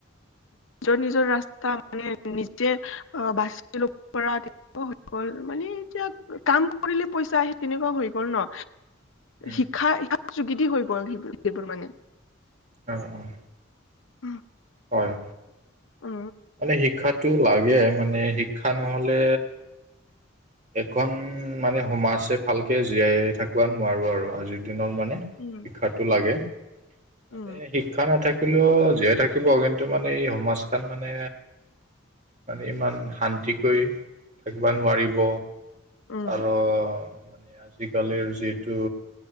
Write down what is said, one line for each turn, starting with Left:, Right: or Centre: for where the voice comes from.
Left: নিজৰ নিজৰ ৰাস্তা মানে নিজে বাচি ল'ব পৰা হৈ গল মানে এতিয়া কাম কৰিলে পইচা আহে তেনেকুৱা হৈ গল ন
Right: উম
Left: শিক্ষা শিক যোগেদি হৈ গ'ল সেইবোৰ সেইবোৰ মানে
Right: অঁ অঁ
Left: উ
Right: হয়
Left: অ
Right: মানে শিক্ষাতটো লাগে মানে শিক্ষা নহলে এখন মানে সমাজে ভালকে জীয়াই থাকিব নোৱাৰো আৰু আজিৰ দিনৰ মানে
Left: উম
Right: শিক্ষাতটো
Left: উম
Right: লাগে মানে
Left: উম উম
Right: শিক শিক্ষা নাথাকিলেও জীয়াই থাকিব কিন্তু মানে এই সমাজ খন মানে মানে ইমান শান্তিকৈ থাকিব নোৱাৰিব
Left: উম উম
Right: আৰু মানে আজিকালিৰ যিটো